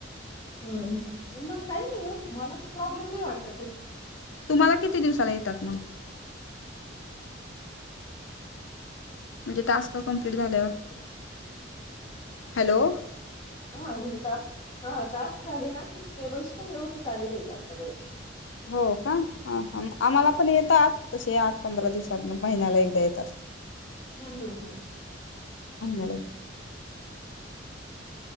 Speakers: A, on the left; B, on the left.
A: हम पण मग काही नाही हो मला तर प्रॉब्लेम नाही वाटत <inaudible>
B: तुम्हाला किती दिवसाला येतात मग म्हणजे टास्क कम्प्लीट झाल्यावर हॅलो
A: हा म्हणजे हा टास्क झाले ना पैसे पण व्यवस्थित आले आहेत आतापर्यंत
B: हो का आम्हाला
A: हा
B: पण येतात तसे आठ पंधरा दिवसात महिन्याला एकदा येतात
A: हम्म हम्म हम्म
B: अला